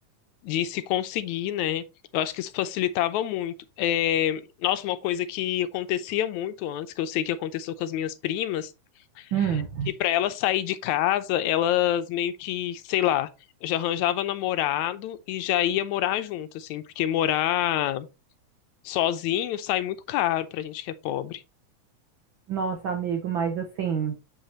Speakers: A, on the left (about 80°); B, on the right (about 65°).
A: de se conseguir, né? Eu acho que isso facilitava muito. É, Nossa, uma coisa que acontecia muito antes, que eu sei que aconteceu com as minhas primas,
B: Hum.
A: que para elas sair de casa, elas meio que, sei lá, já arranjava namorado e já ia morar junto, assim, porque morar sozinho sai muito caro pra gente que é pobre.
B: Nossa, amigo, mas assim,